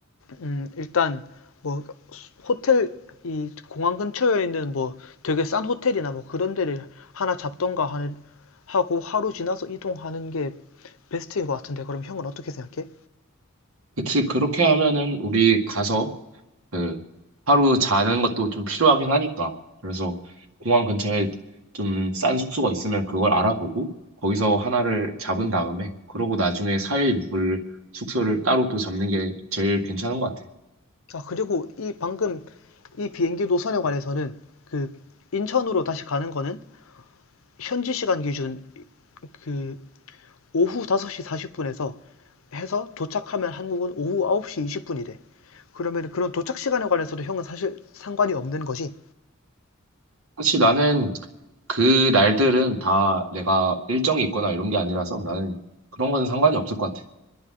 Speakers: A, on the left; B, on the right.
A: 음, 일단 뭐 호텔 이 공항 근처에 있는 뭐 되게 싼 호텔이나 뭐 그런 데를 하나 잡던가 하는 하고 하루 지나서 이동하는 게 베스트인 것 같은데 그럼 형은 어떻게 생각해?
B: 그치. 그렇게 하면은 우리 가서 그 하루 자는 것도 좀 필요하긴 하니까. 그래서 공항 근처에 좀 싼 숙소가 있으면 그걸 알아보고 거기서 하나를 잡은 다음에 그러고 나중에 사 일 묵을 숙소를 따로 또 잡는 게 제일 괜찮은 것 같아.
A: 아 그리고 이 방금 이 비행기 노선에 관해서는 그 인천으로 다시 가는 거는 현지 시간 기준 그 오후 5시 40분에서 해서 도착하면 한국은 오후 9시 20분이 돼. 그러면 그런 도착 시간에 관해서도 형은 사실 상관이 없는 거지.
B: 사실 나는 그 날들은 다 내가 일정이 있거나 이런 게 아니라서 나는 그런 건 상관이 없을 것 같아.